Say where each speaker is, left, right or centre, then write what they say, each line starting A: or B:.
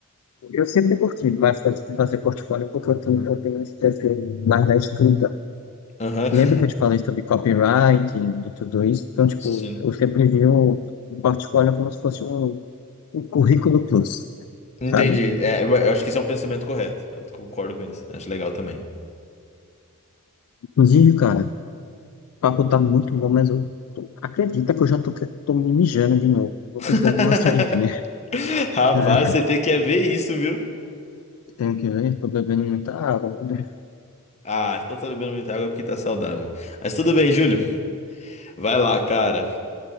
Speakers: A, on the left; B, on the left.
A: Eu sempre curti bastante de fazer portfólio porque eu tenho, eu tenho esse desejo mais da escrita.
B: Aham.
A: Lembra que eu te
B: <laughs>
A: falei sobre copywriting e tudo isso? Então, tipo,
B: Sim.
A: eu sempre vi o, o portfólio como se fosse um, um currículo plus,
B: Entendi.
A: sabe?
B: É, eu eu acho que esse é um pensamento correto. Eu concordo com isso. Acho legal também.
A: Inclusive, cara, o papo tá muito bom, mas eu tô- acredita que eu já tô, que- tô me mijando de novo. Vou
B: <laughs>
A: precisar dar uma saidinha.
B: Rapaz,
A: <laughs>
B: você tem que é ver isso, viu?
A: Tenho que ver, tô bebendo muita água. né?
B: Ah, então tá bebendo muita água porque tá saudável. Mas tudo bem, Júlio. Vai lá, cara.